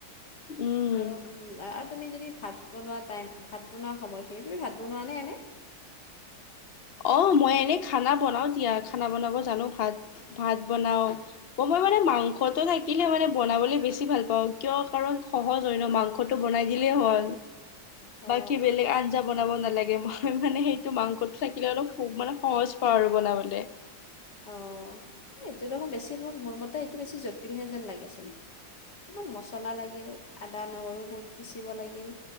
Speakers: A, on the left; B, on the left.
A: উম।
B: আৰু উম আ তুমি যদি ভাত বনোৱা টাইম, ভাত বনোৱা সময়খিনি, তুমি ভাত বনোৱা নে এনে?
A: অ', মই
B: ভাত
A: এনেই খানা বনাও দিয়া, খানা বনাব জানো ভাত ভাত বনাও। অ', মই মানে মাংসটো থাকিলে মানে বনাবলে বেছি ভাল পাওঁ কিয় কাৰণ সহজ হয় ন মাংস টো বনাই দিলেই হ'ল।
B: অ
A: কি বেলেগ আঞ্জা বনাব নালাগে মই মানে সেইটো মাংসটো থাকিলে অলপ খুব মানে সহজ পাওঁ আৰু বনাবলে।
B: অ', এইটো দেখোন বেছি মোৰ মোৰ মতে এইটো বেছি য'ত তিলহে যেন লাগেচোন অকমান মছলা লাগিল, আদা, নহৰু বোৰ পিচিব লাগিল,